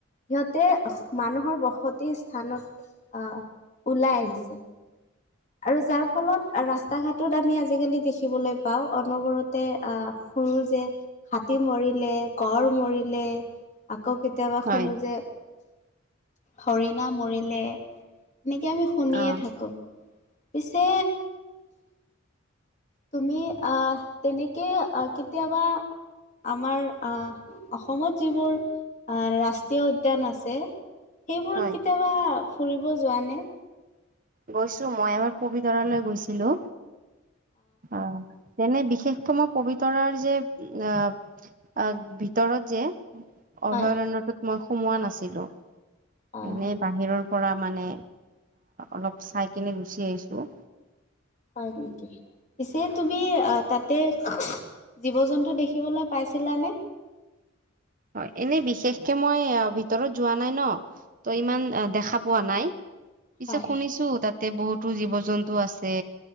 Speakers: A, on the left (about 35°); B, on the right (about 40°).
A: সিহঁতে মানুহৰ বসতি স্থানত অহ ওলাই আহিছে। আৰু যাৰ ফলত, ৰাস্তা ঘাটত আমি আজিকালি দেখিবলৈ পাওঁ, অনবৰতে আহ, শুনো যে, হাতী মৰিলে, গড় মৰিলে। আকৌ কেতিয়াবা
B: হয়।
A: শুনো যে হৰিণা মৰিলে, এনেকে আমি শুনিয়ে
B: অ
A: থাকো। পিছে তুমি আহ তেনেকে কেতিয়াবা আমাৰ আহ, অসমত যিবোৰ আ, ৰাষ্ট্ৰীয় উদ্যান আছে, সেইবোৰত
B: হয়
A: কেতিয়াবা ফুৰিব যোৱা নে?
B: গৈছো। মই এবাৰ পবিতৰালৈ গৈছিলোঁ। আহ তেনে বিশেষকৈ মই পবিতৰাৰ যে আহ আহ ভিতৰত যে অভয়ৰণ্যটোত
A: হয়
B: মই সোমোৱা নাছিলো।
A: আহ
B: এনেই বাহিৰৰ পৰা মানে অলপ চাই কেনে গুচি আহিছোঁ।
A: হয় নেকি? পিছে তুমি আহ তাতে জীৱ জন্তু দেখিবলৈ পাইছিলানে?
B: অ', এনেই বিশেষকে মই ভিতৰত যোৱা নাই ন। ত' ইমান দেখা পোৱা নাই, পিছে
A: হয়
B: শুনিছো, তাত তে, বহুতো জীৱ জন্তু আছে।